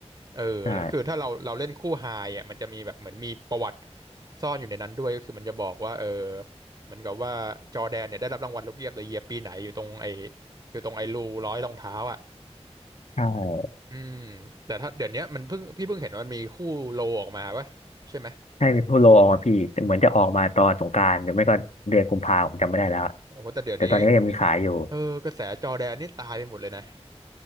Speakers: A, on the right; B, on the left.
A: เออแล้วคือถ้าเราเราเล่นคู่ไฮอ่ะมันจะมีแบบเหมือนมีประวัติ
B: ใช่
A: ซ่อนอยู่ในนั้นด้วยก็คือมันจะบอกว่าเออเหมือนกับว่าจอร์แดนเนี่ยได้รับรางวัลลูกเยียบเดอะเยียปีไหนอยู่ตรงไอ้อยู่ตรงไอ้รูร้อยรองเท้าอ่ะ
B: ใช่
A: อืมแต่ถ้าเดี๋ยวเนี้ยมันเพิ่งพี่เพิ่งเห็นว่ามันมีคู่โลออกมาปะใช่ไหม
B: ใช่มีโพโลออกมาพี่แต่เหมือนจะออกมาตอนสงกรานต์หรือไม่ก็เดือนกุมภาผมจำไม่ได้แล้ว
A: โอ้โหแต่เดี๋ยวนี้
B: แต่ตอนนี้ก็ยังมีขายอยู่
A: เออกระแสจอร์แดนนี่ตายไปหมดเลยนะ